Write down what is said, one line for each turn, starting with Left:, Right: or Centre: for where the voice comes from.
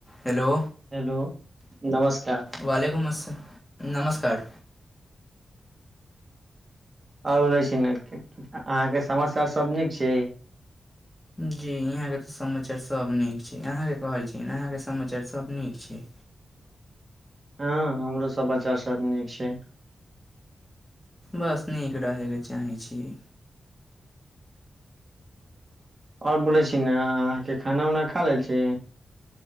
Centre: Hello
Right: hello नमस्कार
Centre: वलकुमस् नमस्कार
Right: आओर बोले <unintelligible> छी ने अहाँ के समस्या सब नीक छै
Centre: जी यहाँ के तऽ समाचार सब नीक छै अहाके कहै छी अहाँके समाचार सब नीक छै
Right: हँ हमरो सब बच्चा सब नीक छै
Centre: बस नीक रहै के चाहे छीयै
Right: आओर बोलै छी ने अहाँके खाना उना खा लेल छी